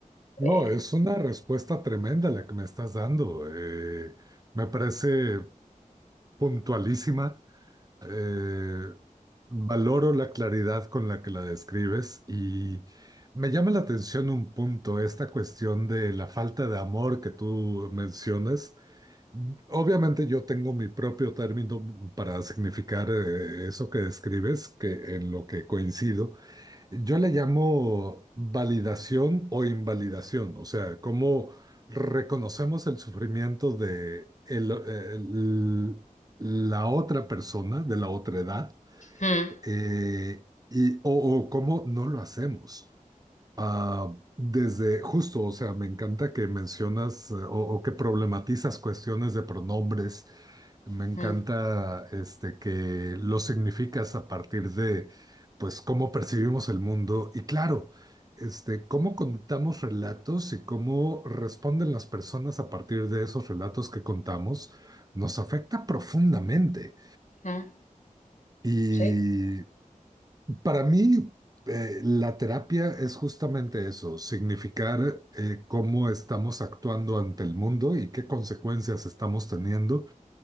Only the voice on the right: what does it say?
No,
es una respuesta tremenda la que me estás dando. eh, me parece puntualísima. Eh, valoro la claridad con la que la describes y me llama la atención un punto, esta cuestión de la falta de amor que tú mencionas. Obviamente yo tengo mi propio término para significar eh, eso que describes, que en lo que coincido, yo le llamo validación o invalidación, o sea, cómo reconocemos el sufrimiento de el- el- la otra persona, de la otra edad,
eh, y, o, o cómo no lo hacemos. Ah, desde justo, o sea, me encanta que mencionas eh, o, o que problematizas cuestiones de pronombres me encanta
este que lo significas a partir de pues cómo percibimos el mundo y claro, este cómo contamos relatos y cómo responden las personas a partir de esos relatos que contamos nos afecta profundamente.
Y
para mí eh, la terapia es justamente eso, significar eh, cómo estamos actuando ante el mundo y qué consecuencias estamos teniendo